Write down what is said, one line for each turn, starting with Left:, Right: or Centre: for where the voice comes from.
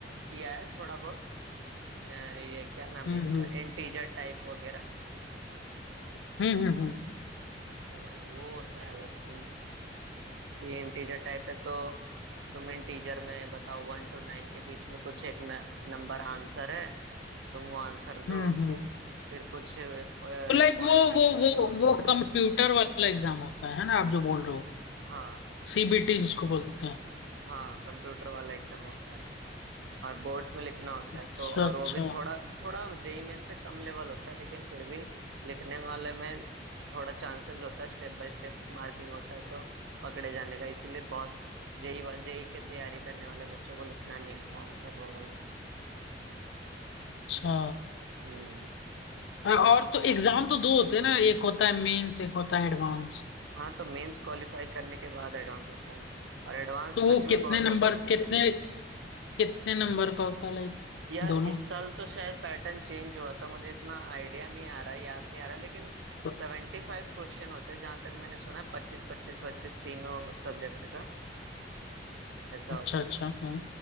Right: किया है थोड़ा बहुत अ, ये क्या नाम
Left: हम्म
Right: है इसका
Left: हम्म
Right: इंटीजर टाइप वगैरह
Left: हम्म हम्म हम्म
Right: अ, वो होता है अलग से कि इंटीजर टाइप है तो तुम इंटीजर में बताओ वन टू नाइन के बीच में कुछ एक न, नंबर आंसर है तुम वो आंसर दो
Left: हम्म हम्म।
Right: फिर कुछ पॉइंट
Left: तो लाइक वो वो वो वो कंप्यूटर वाला एग्जाम होता है है ना आप जो बोल रहे हो
Right: हाँ
Left: सीबीटी जिसको बोलते हैं
Right: हाँ कंप्यूटर वाला एग्जाम होता है और बोर्ड्स में लिखना होता
Left: अच्छा
Right: है तो और
Left: अच्छा
Right: वो भी थोड़ा थोड़ा जेई मेन से कम लेवल होता है लेकिन फिर भी लिखने वाले में थोड़ा चांसेस होता है स्टेप बाय स्टेप मार्किंग होता है तो पकड़े जाने का इसीलिए बहुत जेई जेई के तैयारी करने वाले बच्चों को लिखना नहीं आता आंसर वो वाला
Left: अच्छा
Right: हम्म
Left: अ- और तो एग्जाम तो दो होते हैं ना एक होता है मेंस एक होता है एडवांस
Right: हाँ तो मेंस क्वालिफाई करने के बाद एडवांस होता है और एडवांस
Left: तो
Right: सच
Left: वो
Right: में
Left: कितने
Right: बहुत
Left: नंबर
Right: टफ होता
Left: कितने
Right: है
Left: कितने नंबर का होता है लाइक
Right: यार
Left: दोनों
Right: इस साल तो शायद पैटर्न चेंज हुआ था मुझे इतना आइडिया नहीं आ रहा याद नहीं आ रहा लेकिन
Left: तो-
Right: सेवेंटी फाइव क्वेश्चन होते हैं जहां तक मैंने सुना है पच्चीस पच्चीस पच्चीस तीनों सब्जेक्ट का ऐसा
Left: अच्छा
Right: होता
Left: अच्छा
Right: है
Left: हाँ